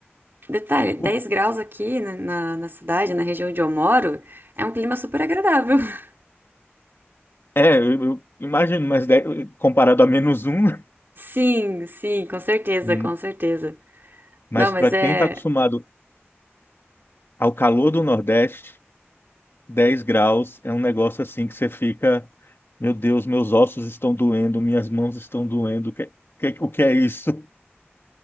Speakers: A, on the right (about 55°); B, on the left (about 60°).
A: detalhe, dez
B: Por-
A: graus aqui na, na, na cidade, na região onde eu moro, é um clima super agradável. <laughs>
B: É, eu, eu imagino, mas 10 comparado a menos um. <laughs>
A: Sim, sim, com certeza,
B: Hum,
A: com certeza.
B: Mas
A: Não, mas
B: para
A: é.
B: quem está acostumado ao calor do Nordeste, 10 graus é um negócio assim que você fica, meu Deus, meus ossos estão doendo, minhas mãos estão doendo. O que, que- o que é isso?